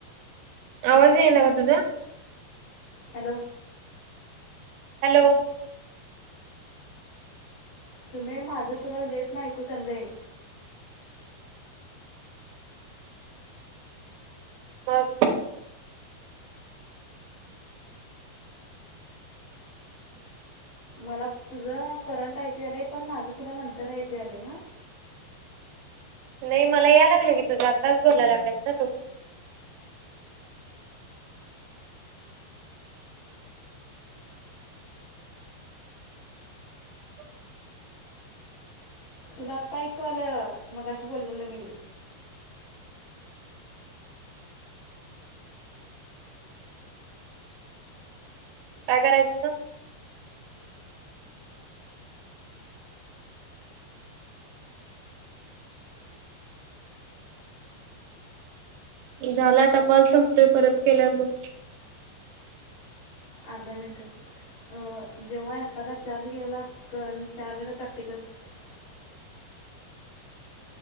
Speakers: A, on the right (about 80°); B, on the left (about 45°).
A: आवाज येईना का तुझा?
B: Hello
A: hello!
B: सुमे माझं तुला लेट न ऐकू चालयं.
A: मग
B: मला तुझं करंट ऐकू यायलय, पण माझं तुला नंतर ऐकू यायलय हा.
A: नाही मला या लागलं की, तुझा आत्ताच बोलायला लागलास ना तू. <inaudible>
B: तुला आत्ता ऐकू आलं, मग शी बोललेलं मी.
A: काय करायच तुझ? झाला आता कॉल संपतोय परत केल्यावर मग.
B: अर्धा मिनट अ जेव्हा एखादा चार्ज घ्यायला. <unintelligible> चार्जंड <unintelligible> <unintelligible>